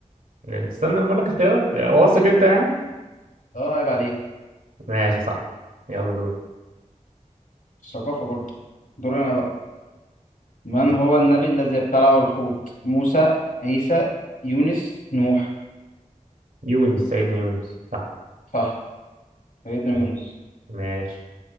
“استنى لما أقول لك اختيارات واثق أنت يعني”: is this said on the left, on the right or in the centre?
Right